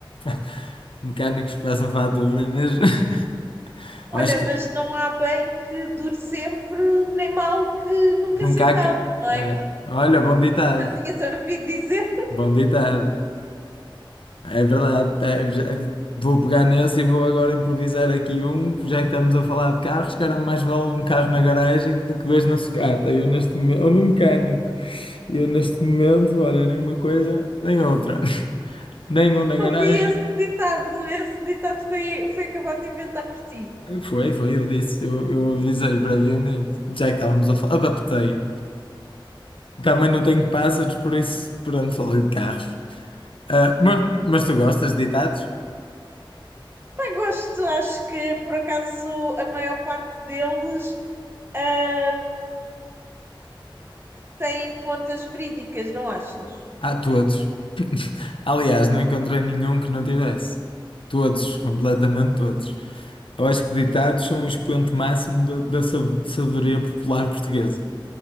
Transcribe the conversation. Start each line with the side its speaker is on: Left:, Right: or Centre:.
Left: <laughs> Mecânicos que passam fatura mesmo. <laughs>
Right: Olha,
Left: Eu acho que
Right: mas não há bem que dure sempre, nem mal que nunca
Left: nunca
Right: se acabe,
Left: há. ca-
Right: não é?
Left: eh, olha, bom ditado.
Right: Eu tinhas ouvido dizer,
Left: Bom ditado. É verdade. é, já- Vou pegar nesse e vou agora improvisar aqui um, já que estamos a falar de carros, cara, mais vale um carro na garagem do que dois na sucata. Eu neste momento, ou num mecânico. Eu neste momento, olha, nenhuma coisa, nem outra. <laughs> Nem um na garagem.
Right: ouvi esse ditado, esse ditado foi, foi acabado de inventar por ti.
Left: Foi, foi, eu disse, eu, eu avisei previamente, já que estávamos a falar, adaptei. Também não tenho pássaros, por isso, pronto, falei de carros. Ah, mas, mas tu gostas de ditados?
Right: Bem, gosto, acho que por acaso a maior parte deles ahm, tem pontas verídicas, não achas?
Left: Ah, todos. <laughs> Aliás, não encontrei nenhum que não tivesse. Todos, completamente todos. Eu acho que ditados são o expoente máximo da, da sab- sabedoria popular portuguesa.